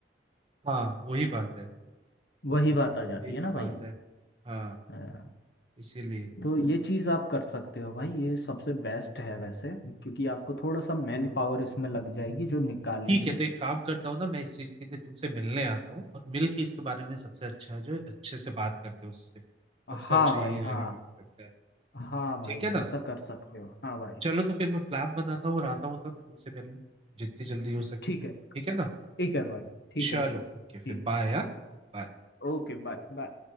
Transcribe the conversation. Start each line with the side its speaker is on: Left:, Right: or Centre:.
Right: हाँ वही बात है
Left: वही बात आ जाती
Right: यही
Left: है ना
Right: तो
Left: भाई
Right: बात है हाँ
Left: हाँ
Right: इसीलिए
Left: तो ये चीज़ आप कर सकते हो भाई ये सबसे बेस्ट है वैसे क्योंकि आपको थोड़ा सा मैन पावर इसमें लग जाएगी जो निकालेंगे
Right: ठीक है तो एक काम करता हूँ ना मैं इस चीज के लिए तुमसे मिलने आता हूँ और मिल के इसके बारे में सबसे अच्छा है जो अच्छे से बात करते हैं उससे सबसे
Left: हाँ
Right: अच्छा
Left: भाई
Right: यही
Left: हाँ
Right: रहेगा मुझे लगता है
Left: हाँ भाई
Right: ठीक है ना
Left: ऐसा कर सकते हो हाँ भाई
Right: चलो तो फिर मैं प्लान बनाता हूँ और आता हूँ तब तुमसे मिलने जितनी जल्दी हो सके
Left: ठीक
Right: ठीक
Left: है
Right: है ना
Left: ठीक है भाई ठीक
Right: चलो
Left: है भाई
Right: ओके
Left: ठीक
Right: फिर
Left: है
Right: बाय हाँ बाय
Left: Okay bye bye